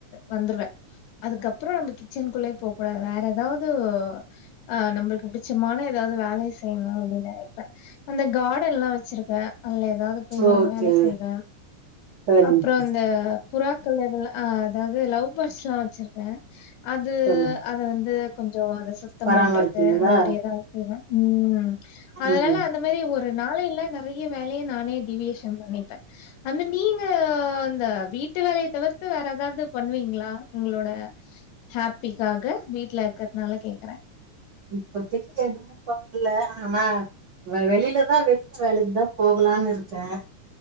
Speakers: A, on the left; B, on the right.
A: வந்துருவே அதுக்கப்றோ அந்த கிச்சன்க்குள்ளே போ கூடாது வேற ஏதாவது ஆ நம்மளுக் புடுச்சமான எதாவ்து வேலைய செய்ணு அப்டின் நெனைப்பே அந்த காடன்ல்லா வச்சிருக் கே அதுல ஏதாவ்து போய் நானு
B: ஓகே
A: வேல செய்வே
B: சரிங்க
A: அப்புறோ
B: சிஸ்
A: இந்த புறாக்கள் இதுல ஆ அதாவ்து லவ் பேர்ட்ஸ்லா வச்சுருக்கே அது
B: சொல்லுங்க
A: அத வந்து கொஞ்சோ அத சுத்தம்
B: பராமரிப்பீங்களா
A: பண்றது அந்த மாரி எதாவ் செய்வே ம் அதனால
B: ம்
A: அந்த மாரி ஒரு ஒரு நாளைல நெறைய வேலைய நானே டீவியேஷன் பண்ணிப்பே அந்த நீங்க அந்த வீட்டு வேலைய தவிர்த்து வேற எதாவ்து பண்ணுவீங்ளா உங்களோட ஹாப்பிக்காக வீட்ல இருக்கற்துனால கேக்குறே
B: இப்போதக்கி எதுவு பண்ல ஆனா வ வெளிலதா வெளில வேலக்கி தா போகலானு இருக்கே